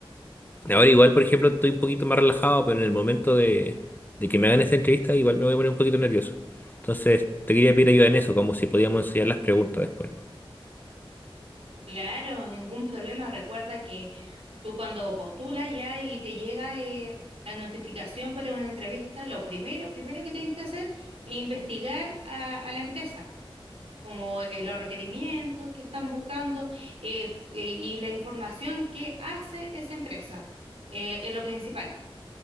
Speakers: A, on the left; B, on the right.
A: <clears throat> ahora igual, por ejemplo, estoy un poquito más relajado, pero en el momento de, de que me hagan esta entrevista, igual me voy a poner un poquito nervioso. Entonces, te quería pedir ayuda en eso, como si podíamos enseñar las preguntas después.
B: Claro, ningún problema. Recuerda que tú cuando postulas ya y te llega eh, la notificación para una entrevista, lo primero, primero que tienes que hacer es investigar a, a la empresa, como eh, los requerimientos que están buscando eh, y, y la información que hace esa empresa. Eh, es lo principal.